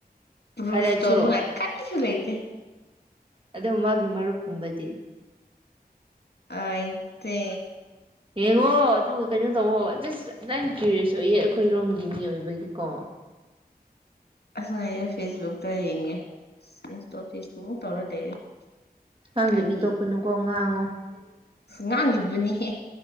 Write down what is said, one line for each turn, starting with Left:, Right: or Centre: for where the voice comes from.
Left: ꯄ꯭ꯔꯨꯐ
Right: ꯍꯥꯏꯂꯥꯏꯠꯁꯨ
Left: ꯇꯧꯅꯅꯨꯡ ꯀꯥꯒꯤꯁꯨ ꯂꯩ ꯑꯣꯀꯦ
Right: ꯑꯣ ꯃꯥꯒꯤ ꯃꯔꯨꯞꯀꯨꯝꯕꯗꯤ
Left: ꯑꯠꯇꯦ
Right: ꯌꯦꯡꯉꯣ ꯑꯗꯨꯒ ꯀꯩꯅꯣ ꯇꯋꯣ ꯅꯪ ꯀꯤꯔꯦꯁꯌꯦ ꯑꯩꯈꯣꯏꯔꯣꯝꯒꯤ ꯃꯤ ꯑꯣꯏꯕꯒꯤꯀꯣ
Left: ꯑꯁ ꯉ ꯑꯩꯁꯨ ꯐꯦꯁꯕꯨꯛꯇ ꯌꯦꯡꯉꯦ ꯏꯟꯁꯇꯣꯜ ꯐꯦꯁꯕꯨꯛꯃꯨꯛ ꯇꯧꯔ ꯂꯩꯔꯦ
Right: ꯉꯥꯡꯗꯕꯤ
Left: ꯀꯔꯤ
Right: ꯇꯣꯛꯄꯅꯨꯀꯣ ꯉꯥꯡꯉꯣ <unintelligible>
Left: ꯑꯁ ꯉꯥꯡꯂꯤꯕꯅꯤꯍꯦ